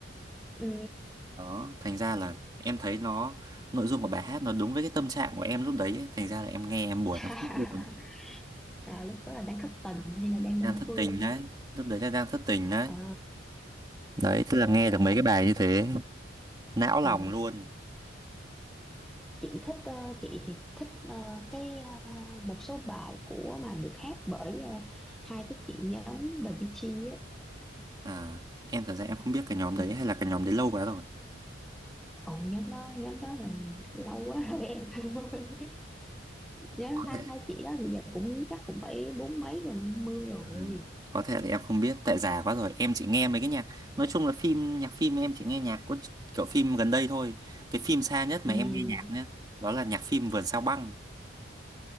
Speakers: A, in the centre; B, on the right.
A: Ừ.
B: đó thành ra là em thấy nó nội dung của bài hát nó đúng với cái tâm trạng của em lúc đấy ấy. thành ra là em nghe em buồn
A: <laughs>
B: em khóc luôn
A: à, lúc đó là đang thất tình hay là đang đơn
B: đang thất
A: phương
B: tình đấy lúc đấy là đang thất tình đấy
A: Ờ,
B: đấy tức là nghe
A: ờ,
B: được mấy cái bài như thế não lòng
A: ừ.
B: luôn
A: chị thích ờ, chị thì thích ờ, cái ờ, một số bài của mà được hát bởi ờ, hai cái chị nhóm The Beatles á
B: à em thật ra em không biết cái nhóm
A: Ừ.
B: đấy hay là cái nhóm đấy lâu quá rồi
A: Ồ, nhóm đó nhóm đó là lâu quá rồi em <laughs> nhớ
B: có
A: hai
B: thể
A: hai chị đó thì giờ cũng chắc cũng phải bốn mấy gần năm mươi rồi
B: ừ, có thể là em không biết tại già quá rồi em chỉ nghe mấy cái nhạc nói chung là phim nhạc phim em chỉ nghe nhạc có kiểu phim gần đây thôi cái phim xa nhất mà
A: ừ.
B: em nghe nhạc nhá đó là nhạc phim Vườn Sao Băng